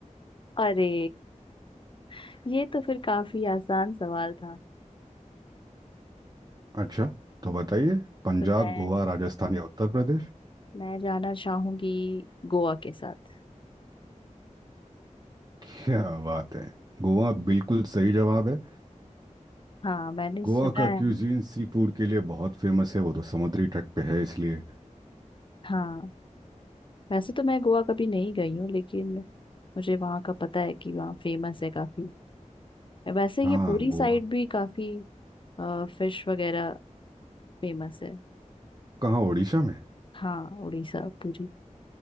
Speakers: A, on the left (about 40°); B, on the right (about 30°).
A: अरे <laughs> ये तो फिर काफी आसान सवाल था
B: अच्छा तो बताइए पंजाब
A: तो मैं
B: गोवा राजस्थान या उत्तर प्रदेश
A: मैं जाना चाहूंगी गोवा के साथ
B: क्या बात है गोवा बिल्कुल सही जवाब है
A: हाँ मैंने सुना
B: गोवा का क्यूजीन
A: है
B: सी फूड के लिए बहुत फेमस है वो तो समुद्री तट पे है इसलिए
A: हाँ वैसे तो मैं गोवा कभी नहीं गई हूँ लेकिन मुझे वहाँ का पता है कि वहाँ फेमस है काफी वैसे
B: हाँ
A: ये पूरी
B: गोवा
A: साइड भी काफी फिश वगैरह फेमस है
B: कहाँ उड़ीसा में
A: हाँ उड़ीसा पूरी